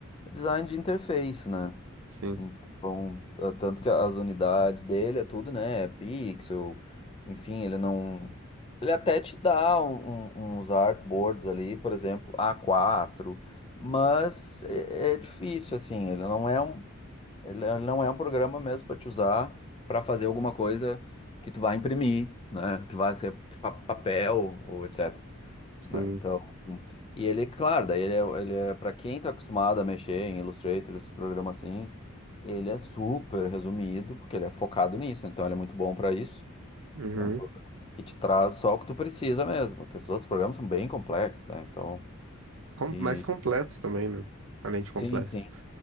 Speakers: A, on the left; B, on the right.
A: design de interface, né?
B: Sim,
A: Então, ah, tanto que as unidades dele é tudo, né? É Pixel, enfim, ele não. Ele até te dá um- um- uns artboards ali, por exemplo, A4, mas é, é difícil, assim. Ele não é um, ele é- não é um programa mesmo para te usar para fazer alguma coisa que tu vai imprimir, né? Que vai ser pa- papel ou etc
B: sim.
A: né? Então, e ele, claro, daí ele é, ele é para quem tá acostumado a mexer em Illustrator, esses programas assim, ele é super resumido, porque ele é focado nisso, né? então ele é muito bom para isso.
B: Uhum.
A: É um programa que te traz só o que tu precisa mesmo, porque os outros programas são bem complexos, né? Então,
B: Com-
A: e
B: mais completos também, né? Além de complexos.
A: sim, sim.